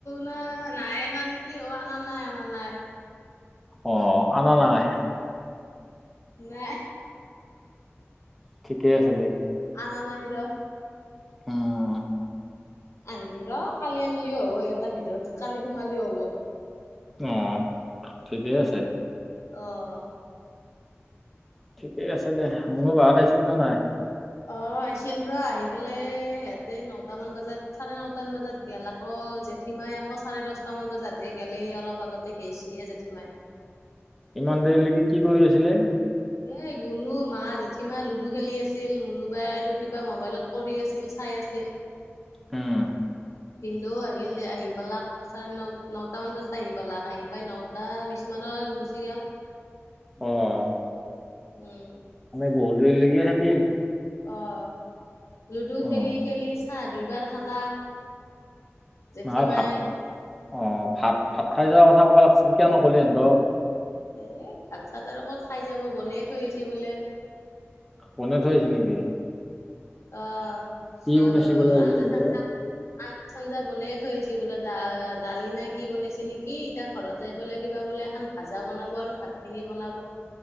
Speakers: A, on the left; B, in the centre.
A: ন নাই অনা নেকি অ' অনা নাই অনা নাই।
B: অ' অনা নাই।
A: নাই।
B: ঠিকে আছে দে।
A: আনা নাই‌ ৰ'হ।
B: উম
A: আনিম ৰ কালি আনিলিও হ'ব একেটাৰ ভিতৰত কালি সোমালিও হ'ব।
B: অ' ঠিকেই আছে।
A: আহ।
B: ঠিকেই আছে দে মনো বাহত আহিছিল নে নাই?
A: অ' আহিছিল ৰ আহি পালে সিহতে নটামান বজাত চাৰে নটামান বজাত গাল আকৌ। জেঠীমাই আকৌ চাৰে দশটা মান বজাতহে গেলেই অলপ আগতে গেইছিহে জেঠীমাই।
B: ইমান দেৰিলৈকি কি কৰি আছিলে?
A: এ গুনু মা জেঠিমা লুডু খেলি আছিল মুোনোবাই আৰু কিবা মোবাইলত কৰি আছিল চাই। আছিল।
B: উম
A: ভিন্ন্দেও আহিল দে আহি পালাক চাৰে ন নট মান বজাত আহি পালাক আহি প্ৰায় নটা বি মানত গুচি গল।
B: আহ।
A: উম।
B: বহুত দেৰি লাগিয়ে থাকিল।
A: আহ লুডু
B: উম
A: খেলি খেলি চাহ দুইবাৰ খালা। জেঠীমাই
B: নহয় ভাত অ' ভাত ভাত খাই যোৱাৰ কথা কব লাগিছিল কিয় নলি হিহঁতক?
A: এ ভাত চাত আৰু ক'ত খাই যাব বনাই থৈ আহিছ বোলে।
B: বনে থাইছ নেকি?
A: অ'
B: কি
A: চ
B: বনাইছে বোলে আজি
A: আঞজ
B: এহঁতে
A: চ আঞ্জা চঞ্জা বনাই থৈছে বোলে দা দালি নাই কি বনাইছে নেকি এতিয়া ঘৰত যাই পেললে কিবা বোলে। এখন ভাজা বনাব আৰু ভাত খিনি বনাব।